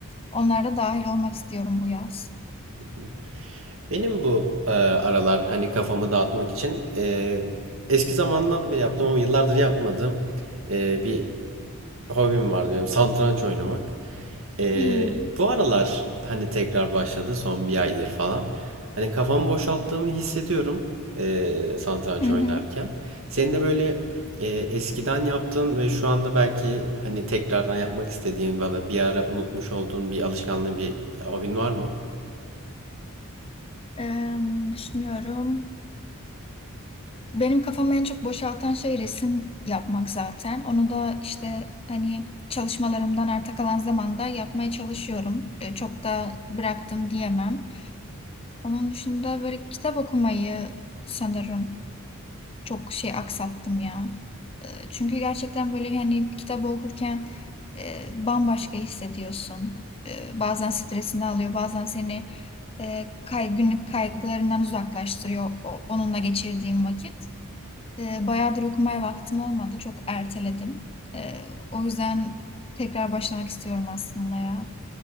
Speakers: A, on the left; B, on the right.
A: Onlara da dahil olmak istiyorum bu yaz.
B: Hı hı. Benim bu eee, aralar hani kafamı dağıtmak için eee, eski zamandan beri yaptım ama yıllardır yapmadığım eee, bir hobim vardı benim satranç oynamak. Ee,
A: Hmm.
B: bu aralar hani tekrar başladı son bir aydır falan. Hani kafamı boşalttığımı hissediyorum ee, satranç
A: Hı hı.
B: oynarken. Senin de böyle e, eskiden yaptığın ve şu anda belki hani tekrardan yapmak istediğin valla bir ara unutmuş olduğun bir alışkanlığı bir hobin var mı?
A: Em, düşünüyorum. Benim kafamı en çok boşaltan şey resim yapmak zaten. Onu da işte hani çalışmalarımdan arta kalan zamanda yapmaya çalışıyorum. E, Çok da bıraktım diyemem. Onun dışında böyle kitap okumayı sanırım çok şey aksattım ya. E, Çünkü gerçekten böyle hani bir kitabı okurken e, bambaşka hissediyorsun. E, Bazen stresini alıyor, bazen seni e, kay, günlük kaygılarından uzaklaştırıyor o- onunla geçirdiğim vakit. E, bayağıdır okumaya vaktim olmadı. Çok erteledim. E, o yüzden tekrar başlamak istiyorum aslında ya.